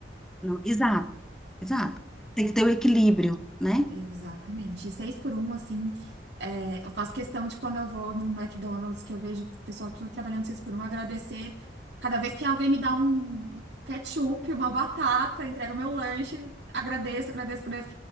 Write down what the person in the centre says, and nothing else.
No- exato, exato. Tem que ter o equilíbrio, né?